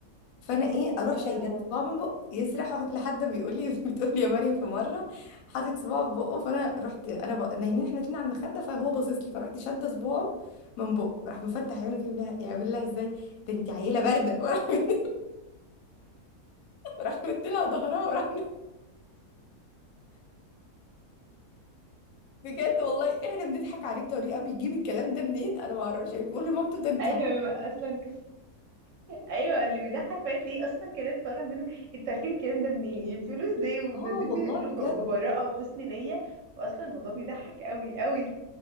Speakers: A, on the left; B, on the right.
A: فانا ايه اروح
B: اه
A: شايله له صباع من بقه يسرح احط لحد ما بيقول لي <laughs> بتقول لي يا مريم في مره حاطط صباعه في بقه فانا رحت انا بق... نايمين احنا اتنين على المخده فهو باصص لي فرحت شاده صباعه من بقه راح مفتح عينه كده يقول لها- يعمل لها ازاي ده انت عيله بارده <laughs> وراح مد- وراح مديلها ظهرها وراح بجد والله احنا بنضحك عليه بطريقه بيجيب الكلام ده منين انا ما اعرفش يعني بيقول لمامته ده انت
B: <laughs> ايوه اصلا ايوه اللي بيضحك فات تلاقيه اصلا الكلام طالع منه انتوا عارفين الكلام ده منين يعني بتقولوه ازاي وبعدين
A: اه والله
B: بيقولوا
A: بجد
B: ب- ببراءه وحسن نيه فاصلا الموضوع بيضحك قوي قوي